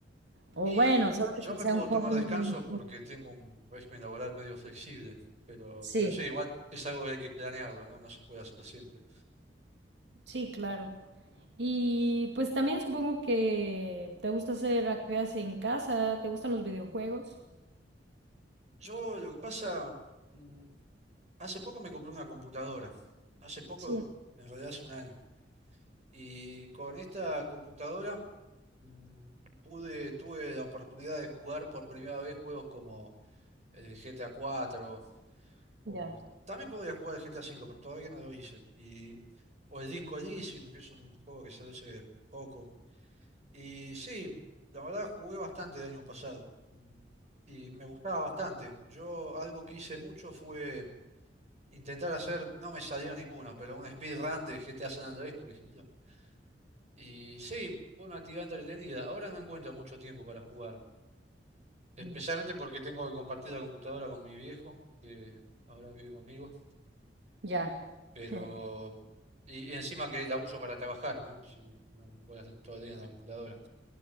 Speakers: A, on the right; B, on the right.
A: O
B: Y
A: bueno, solo
B: yo
A: que
B: me
A: sea
B: puedo
A: un
B: tomar
A: hobby
B: descansos
A: muy...
B: porque tengo un régimen laboral medio flexible, pero,
A: Sí,
B: pero sí, igual es algo que hay que planearlo, ¿no? No se puede hacer siempre.
A: sí, claro. Y pues también supongo que te gusta hacer actividades en casa, te gustan los videojuegos.
B: Yo lo que pasa... mm, Hace poco me compré una computadora. Hace poco,
A: Sí,
B: en realidad hace un año. Y con esta computadora mm, pude, tuve la oportunidad de jugar por primera vez juegos como el GTA cuatro o
A: ya.
B: también podría jugar el GTA cinco pero todavía no lo hice. Y, o el Disco Elysium, que es un juego que salió hace poco. Y sí, la verdad jugué bastante el año pasado. mm, Y me gustaba bastante. Yo algo que hice mucho fue intentar hacer, no me salió ninguno, pero un speedrun de GTA San Andrés, por ejemplo. Y sí, fue una actividad entretenida. Ahora no encuentro mucho tiempo para jugar, especialmente
A: Mm.
B: porque tengo que compartir la computadora con mi viejo, que ahora vive conmigo,
A: Ya.
B: pero...
A: <laughs>
B: Y, y encima que la uso para trabajar, ¿no? Si no voy a estar todo el día en la computadora.